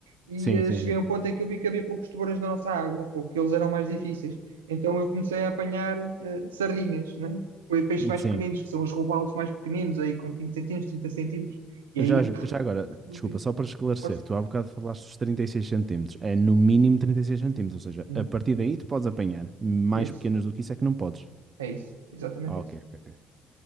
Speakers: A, on the right; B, on the right.
A: e
B: Sim,
A: eh,
B: sim,
A: cheguei
B: sim.
A: a um ponto em que eu vi que havia poucos tubarões na nossa água, ou que eles eram mais difíceis. Então eu comecei a apanhar eh, sardinhas, né? Pe- Peixes mais
B: Sim.
A: pequeninos, que são os robalos mais pequeninos, aí com 20 centímetros, 30 centímetros. E
B: Já,
A: aí
B: já agora,
A: reduzi.
B: desculpa, só para esclarecer,
A: Força.
B: tu há bocado falaste dos 36 centímetros. É no mínimo 36 centímetros, ou seja,
A: Hum,
B: a partir daí tu podes apanhar. Mais
A: É isso.
B: pequenas do que isso é que não podes.
A: É isso. Exatamente
B: Ah, Ok,
A: isso.
B: ok, ok.